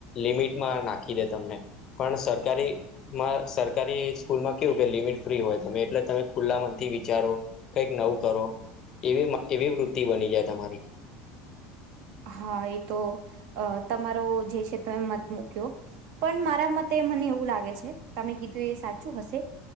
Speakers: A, on the left; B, on the right.
A: લિમિટમાં નાખી દે તમને પણ સરકારી સરકારી સ્કૂલ માં કેવું કે લિમિટ ફ્રી હોય તમે એટલે તમે ખુલ્લા મ તે વિચારો કઈક નવ કરો એવી એવી વૃતિ બની જાય તમારી
B: હા એ તો તમારો જે છે તન મત મુૂક્યો પણ મારા મતે મને એવું લાગે છે તમે કીધું એ સાચું હશે